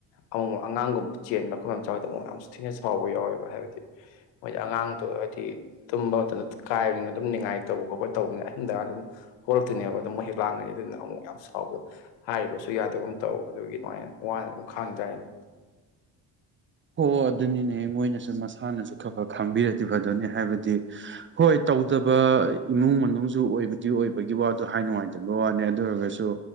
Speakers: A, on the left; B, on the right.
A: ꯑꯃꯃꯝ ꯑꯉꯥꯡꯒꯨꯝꯕ ꯆꯦꯟꯕ ꯈꯣꯠ ꯆꯥꯎꯏꯗ ꯑꯃꯨꯛ ꯌꯥꯝ ꯊꯤꯅ ꯁꯥꯎꯕ ꯌꯥꯎꯋꯦꯕ ꯍꯥꯏꯕꯗꯤ ꯃꯣꯏꯗꯤ ꯑꯉꯥꯡꯗꯣ ꯍꯥꯏꯕꯗꯤ ꯇꯨꯝꯕ ꯃꯇꯝꯗ ꯀꯥꯏꯕꯅꯤꯅ ꯑꯗꯨꯝ ꯅꯨꯡꯉꯥꯏ ꯇꯧꯕ ꯈꯣꯠꯄ ꯇꯧꯕꯅꯤꯅ ꯑꯍꯤꯡꯗ ꯑꯗꯨꯝ ꯍꯧꯂꯛꯇꯣꯏꯅꯦꯕ ꯑꯗꯨ ꯃꯣꯏ ꯍꯦꯛ ꯂꯥꯡꯉꯅꯤ ꯑꯗꯨꯅ ꯑꯃꯨꯛ ꯌꯥꯝ ꯁꯥꯎꯕꯗꯣ ꯍꯥꯏꯔꯤꯕꯁꯨ ꯌꯥꯗꯕ ꯑꯃ ꯇꯧ ꯑꯗꯨꯒꯤ ꯑꯗꯨꯃꯥꯏꯅ ꯋꯥꯅ ꯑꯗꯨꯝ ꯈꯥꯡ ꯇꯔꯦꯅꯦ
B: ꯍꯣ ꯑꯗꯨꯅꯤꯅꯦ ꯃꯣꯏꯅꯁꯨ ꯃꯁꯥꯅꯁꯨ ꯈꯔ ꯈꯔ ꯈꯪꯕꯤꯔꯗꯤꯦ ꯐ ꯑꯗꯨꯅꯦ ꯍꯥꯏꯕꯗꯤ ꯍꯣꯏ ꯇꯧꯗꯕ ꯏꯃꯨꯡ ꯃꯅꯨꯡꯁꯨ ꯑꯣꯏꯕꯗꯤ ꯑꯣꯏꯕꯒꯤ ꯋꯥꯗ ꯍꯥꯏ ꯅꯨꯡꯉꯥꯏꯇꯕ ꯋꯥꯅꯦ ꯑꯗꯨ ꯑꯣꯏꯔꯒꯁꯨ